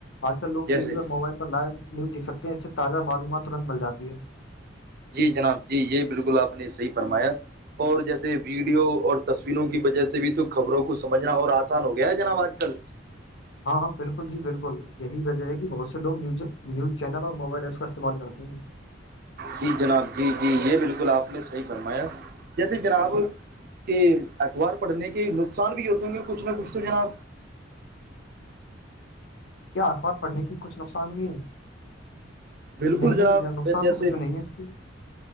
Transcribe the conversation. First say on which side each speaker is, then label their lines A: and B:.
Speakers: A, on the left; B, on the right.
A: آج کل لوگ
B: جیسے
A: ٹی وی اور موبائل پر لائیو نیوز دیک سکتے ہیں اس سے تازہ معلومات ترت ب جاتی ہے
B: جی جناب جی یہ بالکل آپ نے صحیح فرمایا اور جیسے ویڈیو اور تصویروں کی وجہ سے بھی تو خبروں کو سمجھنا اور آسان ہو گیا ہے جناب آج کل
A: ہاں ہاں بالکل جی بالکل یہی وجہ ہے کہ بہت سے لوگ نی نیوز چینل اور موبائل ایپس کا استعمال کرتے ہیں
B: جی جناب جی جی یہ بالکل آپ نے صحیح فرمایا جیسے جناب کہ اخبار پڑھنے کے نقصان بھی ہوتے ہوں کہ کچھ نہ کچھ تو جناا
A: کیا اخبار پڑھنے کی کچھ نقصان ہوئی ہے
B: بالکل
A: نہیں
B: جناب
A: نہیں نقصان
B: جیسے
A: تو کچھ بھی نہیں ہے اس کی